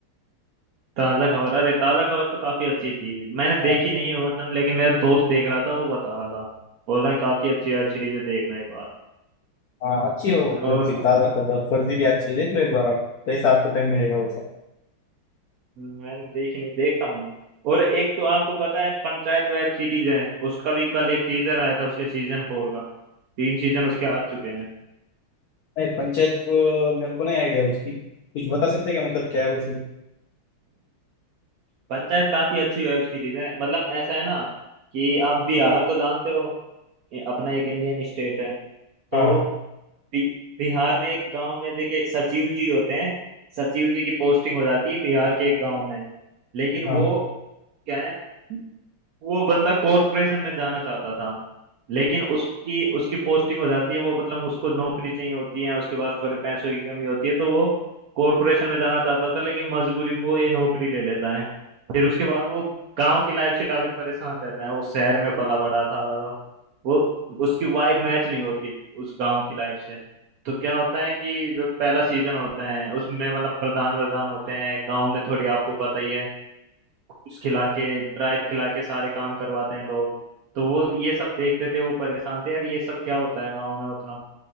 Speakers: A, on the right; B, on the left.
A: ताज़ा खबर अरे ताज़ा खबर तो काफी अच्छी थी मैंने देखी
B: हाँ
A: नहीं है वो मतलब लेकिन मेरा दोस्त देख रहा था वो बता रहा था बोल रहा है काफी अच्छी वेब सीरीज है देखना एक बार
B: हाँ, अच्छी है वो
A: और
B: वेब सीरीज ताजा खबर फर्जी भी अच्छी है देख लो एक बार आप जैसा आपको टाइम मिलेगा वैसा
A: मैंने देखी नहीं देखता हूँ मैं और एक तो आपको पता है पंचायत वेब सीरीज है उसका भी कल एक टीजर आया था उसके सीजन फोर का तीन सीजन उसके आ चुके हैं
B: नहीं पंचायत को मेरे को नहीं आइडिया उसकी कुछ बता सकते हैं क्या मतलब क्या है उसमें
A: पंचायत काफी अच्छी वेब सीरीज है मतलब ऐसा है ना कि आप बिहार तो जानते हो ये अपना एक इंडियन स्टेट है तो
B: हाँ
A: बि बिहार में एक गांव में देखिए एक सचिव जी होते हैं सचिव जी की पोस्टिंग हो जाती है बिहार के एक गांव में लेकिन
B: हाँ
A: वो क्या है वो बंदा कॉरपोरेशन में जाना चाहता था लेकिन उसकी उसकी पोस्टिंग हो जाती है वो मतलब उसको नौकरी चाहिए होती है उसके पास थोड़े पैसों की कमी होती है तो वो कॉरपोरेशन में जाना चाहता था लेकिन मजबूरी में वो ये नौकरी ले लेता है फिर उसके बाद वो गांव की लाइफ से काफी परेशान रहता है वो शहर में पला बड़ा था तो वो उसकी वाइब मैच नहीं होती उस गांव की लाइफ से तो क्या होता है कि जो पहला सीजन होता है उसमें मतलब प्रधान वधान होते हैं गांव में थोड़ी आपको पता ही है घूस खिला के ड्राइव खिला के सारे काम करवाते हैं लोग तो वो ये सब देखते थे वो परेशान थे यार ये सब क्या होता है गाँव में मतलब